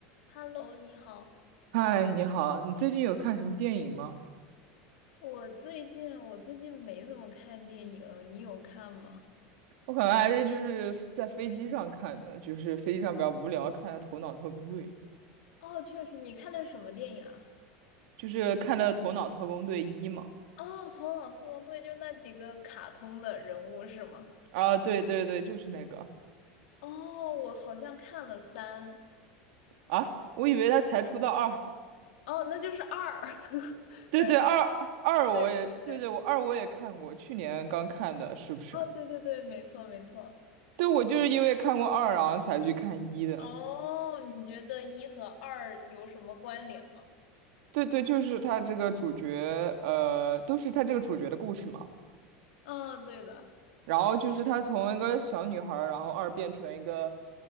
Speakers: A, on the left (about 80°); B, on the right (about 70°).
A: Hello，你好。
B: 嗨，你好，你最近有看什么电影吗？
A: 我最近我最近没怎么看电影，你有看吗？
B: 我可能还是就是在飞机上看的，就是飞机上比较无聊，看的《头脑特工队》，
A: 哦，确实，你看的是什么电影啊？
B: 就是看的《头脑特工队一》嘛。
A: 哦，《头脑特工队》就那几个卡通的人物是吗？
B: 啊，对对对，就是那个
A: 哦，我好像看了三，
B: 啊，我以为他才出到二，
A: 哦，那就是二，<laughs>
B: 对对，
A: 反正就是
B: 二二我也对对，
A: 对对对，
B: 我二我也看过，去年刚看的，是不是？
A: 哦，对对对，没错没错，
B: 对，我就是因为看过二，
A: 那个
B: 然后才去看一的。
A: 哦，你觉得一和二有什么关联吗？
B: 对对，就是他这个主角，呃，都是他这个主角的故事嘛。
A: 嗯，对的。
B: 然后就是她从一个小女孩儿，然后二变成一个